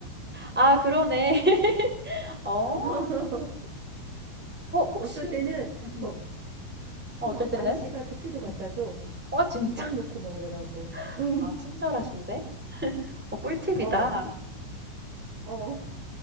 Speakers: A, in the centre; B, on the right (about 55°).
A: 아 그러네. <laughs> 어.
B: <laughs>
A: 어 혹시
B: 어쩔 때는
A: 응 응
B: 뭐,
A: 어
B: 어,
A: 어쩔 때는?
B: 아저씨가 접시도 갖다
A: 응.
B: 줘.
A: 어 진짜?
B: 빵 놓고 먹으라고.
A: <laughs>
B: 응,
A: 아 친절하신데? 어 꿀팁이다.
B: 어, 어.